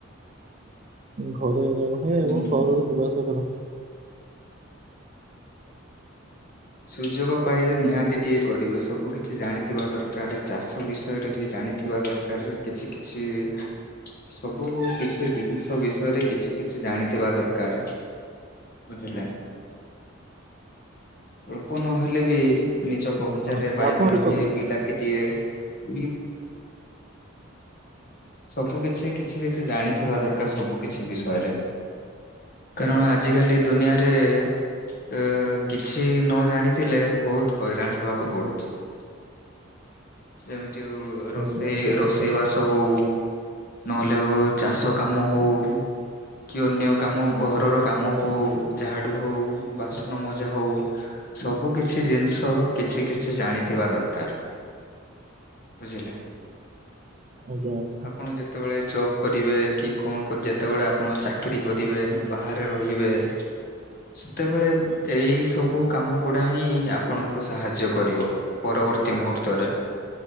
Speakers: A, on the right (about 40°); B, on the left (about 50°).
A: ଘରେ ରହେ
B: ହୁଁ।
A: ଏବଂ ସହରରେ ଯିବା ଆସିବା କରେ।
B: ସୁଯୋଗ ପାଇଲେ ନିହାତି ଟିକେ କରିବେ। ସବୁ କିଛି ଜାଣିଥିବା ଦରକାର। ଚାଷ ବିଷୟରେ ବି ଜାଣିଥିବା ଦରକାର। କିଛି କିଛି ସବୁ କିଛି ଜିନିଷ ବିଷୟରେ, କିଛି କିଛି ଜାଣିଥିବା ଦରକାର। ବୁଝିଲେ? ଅଳ୍ପ ନହେଲେ ବି ନିଜ ବଗିଚାରେ
A: ଅ
B: ବାଇଗଣ
A: ଆପଣ ଠିକ
B: ଟିଏ,
A: କଥା
B: ବିଲାତି ଟିଏ <unintelligible> ସବୁ କିଛି କିଛି କିଛି ଜାଣିଥିବା ଦରକାର ସବୁ କିଛି ବିଷୟରେ। କାରଣ ଆଜିିକାଲି ଦୁନିଆରେ ଅ, କି ଛି ନ ଜାଣିଥିଲେ ବହୁତ ହଇରାଣ ହେବାକୁ ପଡୁଛି। ଯେମିତି ହଉ ଏ ରୋଷେଇ
A: ଆଜ୍ଞା ଠିକ କଥା
B: ରୋଷେଇ ବାସ ହଉ। ନହେଲେ ହଉ ଚାଷ କାମ ହଉ। କି ଅନ୍ୟ କାମ ଘରର କାମ ହଉ ଝାଡୁ ହଉ, ବାସନ ମଜା ହଉ। ସବୁ କିଛି ଜିନିଷ କିଛି କିଛି ଜାଣିଥିବା ଦରକାର। ବୁଝିଲେ?
A: ଆଜ୍ଞା ଆଜ୍ଞା।
B: ଆପଣ ଯେ ତେବେଳେ ଜବ୍ କରିବେ କି କଣ କରି ଯେତେବେଳେ ଆପଣ ଚାକିରୀ କରିବେ ବାହାରେ ରହିବେ। ସେତେବେଳେ ଏଇ ସବୁ କାମ ଗୁଡା ହିଁ ଆପଣଙ୍କୁ ସାହାଯ୍ୟ କରିବ ପରବର୍ତ୍ତୀ ମୁହୂର୍ତ୍ତରେ।